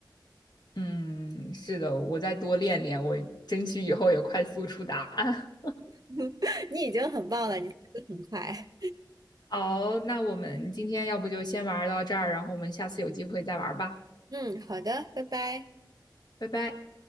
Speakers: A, on the left; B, on the right.
A: 嗯，是的，我再多练练，我争取以后也快速出答案。
B: <laughs> 你已经很棒了，你速度很快。
A: 好，那我们今天要不就先玩到这儿，然后我们下次有机会再玩吧，
B: <laughs> 嗯，好的，拜拜。
A: 拜拜。